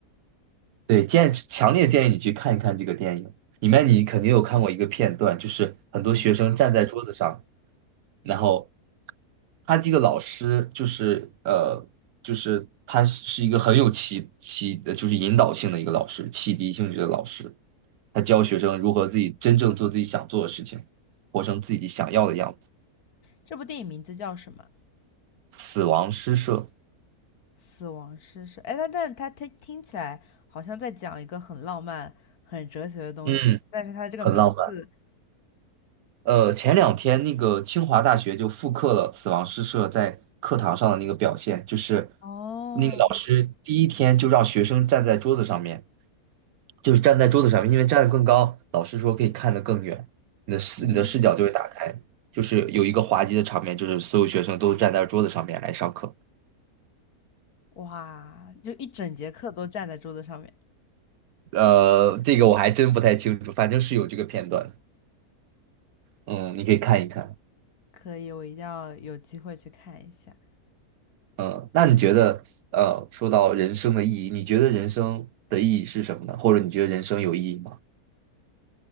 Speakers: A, on the right; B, on the left.
A: 对，建强烈建议你去看一看这个电影。里面你肯定有看过一个片段，就是很多学生站在桌子上，
B: <laughs>！嗯，
A: 然后他这个老师就是呃，就是他是一个很有启启，呃就是引导性的一个老师，启迪性质的老师，他教学生如何自己真正做自己想做的事情，活成自己想要的样子。
B: 这部电影名字叫什么？
A: 死亡诗社，
B: 死亡诗社。哎，他但是他他听起来好像在讲一个很浪漫、很哲学的东西，
A: 嗯，
B: 但是他这个名字，
A: 很浪漫。呃，前两天那个清华大学就复刻了死亡诗社在课堂上的那个表现，就是
B: 哦，
A: 那个老师第一天就让学生站在桌子上面，就是站在桌子上面，因为站得更高，老师说可以看得更远，你的视你的视角就会打开，
B: 嗯，
A: 就是有一个滑稽的场面，就是所有学生都站在桌子上面来上课。
B: 哇，就一整节课都站在桌子上面。
A: 呃，这个我还真不太清楚，反正是有这个片段的，嗯，你可以看一看。
B: 可以，我一定要有机会去看一下。
A: 嗯，那你觉得，呃，说到人生的意义，你觉得人生的意义是什么呢？或者你觉得人生有意义吗？